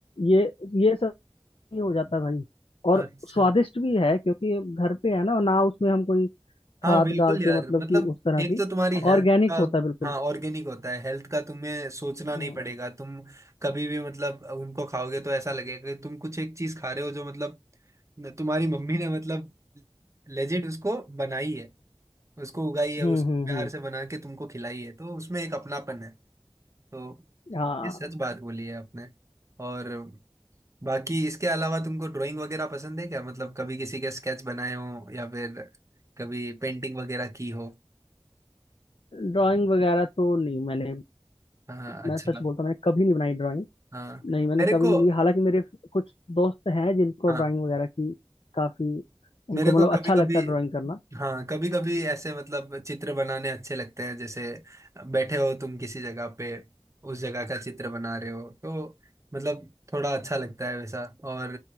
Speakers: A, on the left; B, on the right.
A: ये ये सब ही हो जाता है भाई और
B: अच्छा
A: स्वादिष्ट भी है क्योंकि घर पे है ना ना उसमें हम कोई
B: हाँ
A: खाद
B: बिल्कुल
A: डालते
B: यार
A: मतलब
B: मतलब
A: कि उस तरह
B: एक
A: की
B: तो तुम्हारी हेल्थ
A: ऑर्गेनिक
B: का
A: होता है बिल्कुल
B: हाँ ऑर्गेनिक होता है हेल्थ का तुम्हें सोचना नहीं
A: हम्म
B: पड़ेगा तुम कभी भी मतलब उनको खाओगे तो ऐसा लगेगा कि तुम कुछ एक चीज खा रहे हो जो मतलब तुम्हारी मम्मी ने मतलब लेजिट उसको बनाई है उसको उगाई है
A: हम्म
B: उसको
A: हम्म
B: प्यार
A: हम्म।
B: से बना के तुमको खिलाई है तो उसमें एक अपनापन है तो
A: हाँ
B: ये सच बात बोली है आपने और बाकी इसके अलावा तुमको ड्राइंग वगैरह पसंद है क्या मतलब कभी किसी के स्केच बनाए हो या फिर कभी पेंटिंग वगैरह की हो
A: ड्राइंग वगैरह तो नहीं मैंने
B: हाँ अच्छा
A: मैं सच
B: लग-
A: बोलता हूँ मैंने कभी नहीं बनाई ड्राइंग
B: हाँ
A: नहीं मैंने
B: मेरे
A: कभी
B: को
A: नहीं बनाई हालांकि मेरे कुछ दोस्त हैं जिनको
B: हाँ
A: ड्राइंग वगैरह की काफी उनको
B: मेरे
A: मतलब
B: को कभी
A: अच्छा
B: कभी
A: लगता है ड्राइंग करना
B: हाँ कभी कभी ऐसे मतलब चित्र बनाने अच्छे लगते हैं जैसे बैठे हो तुम किसी जगह पे उस जगह का चित्र बना रहे हो तो मतलब थोड़ा अच्छा लगता है वैसा और